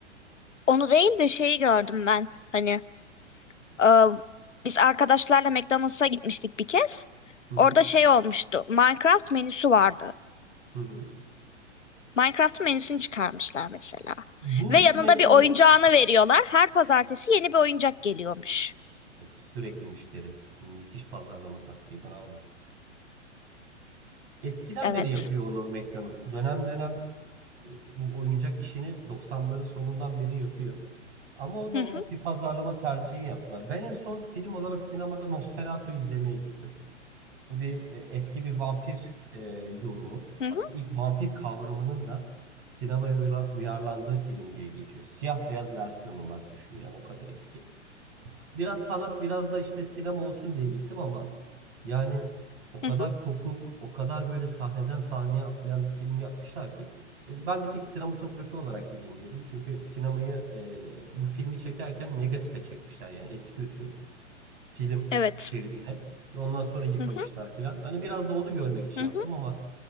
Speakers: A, on the left (about 85°); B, on the right (about 55°).
A: Onu değil de şeyi gördüm ben. Hani e, biz arkadaşlarla McDonald's'a gitmiştik bir kez.
B: Hı hı,
A: Orada şey olmuştu. Minecraft menüsü vardı.
B: hı hı.
A: Minecraft menüsünü çıkarmışlar mesela.
B: Bu
A: Ve
B: bu
A: yanında
B: McDonald's'ın
A: bir oyuncağını veriyorlar. Her pazartesi yeni bir oyuncak geliyormuş.
B: of, sürekli müşteri. Müthiş pazarlama taktiği, bravo. Eskiden
A: Evet.
B: beri yapıyor onu McDonald's. Dönem dönem e, bu oyuncak işini 90'ların sonundan beri yapıyor. Ama o da
A: <laughs>
B: onun bir pazarlama tercihi yaptılar. Ben en son film olarak sinemada Nosferatu izlemeye gittim. Bu bir e, eski bir vampir e, yorumu.
A: Hı
B: Aslında
A: hı,
B: ilk vampir kavramının da sinemaya uyarlandığı film diye geçiyor. Siyah beyaz versiyonu var düşün yani o kadar eski. Biraz sanat biraz da işte sinema olsun diye gittim ama yani o kadar
A: hı hı.
B: kopuk, o kadar böyle sahneden sahneye atlayan bir film yapmışlar ki. E, Ben bir tek sinematografi olarak gideyim dedim. Çünkü sinemayı e, bu filmi çekerken negatife çekmişler yani eski usul film
A: Evet.
B: şeridine ve ondan sonra yıkamışlar
A: Hı hı,
B: filan. Hani biraz da onu görmek için
A: hı
B: yaptım
A: hı.
B: ama